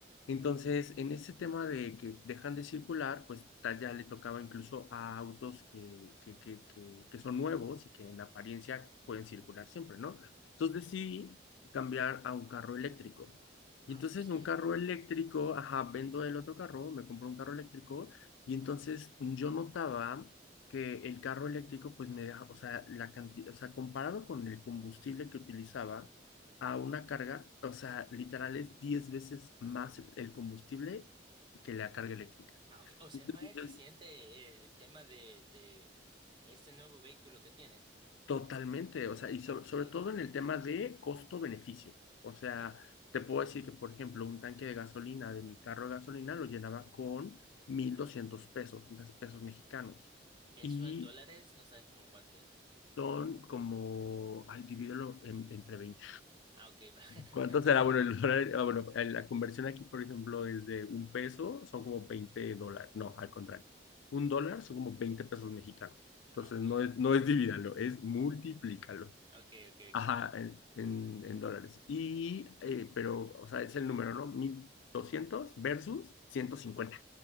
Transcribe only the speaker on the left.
Entonces, en ese tema de que dejan de circular, pues ta- ya le tocaba incluso a autos que, que, que, que, que son nuevos y que en apariencia pueden circular siempre, ¿no? Entonces decidí cambiar a un carro eléctrico.
Y entonces
en un carro eléctrico, ajá, vendo el otro carro, me compro un carro eléctrico y entonces yo notaba que el carro eléctrico pues me deja, o sea, la cantidad, o sea, comparado con el combustible que utilizaba a una carga, o sea, literal es 10 veces más el el combustible que la carga eléctrica.
Entonces,
yo-
Totalmente, o sea, y sobre
sobre todo en el tema de costo-beneficio. O sea,
te puedo decir que, por ejemplo, un tanque de gasolina de mi carro de gasolina lo llenaba con 1.200 pesos, 1.000 pesos mexicanos.
Y
son como, ay, divídelo en- entre veinte
¿Cuánto
será? Bueno, el dólar, ah, bueno, eh, la conversión aquí, por ejemplo, es de un peso, son como 20 dólares. No, al contrario. Un dólar son como 20 pesos mexicanos.
Entonces,
no es, no es divídalo, es multiplícalo.
Ajá, en, en, en dólares. Y, eh, pero, o sea, es el número, ¿no? mil doscientos versus 150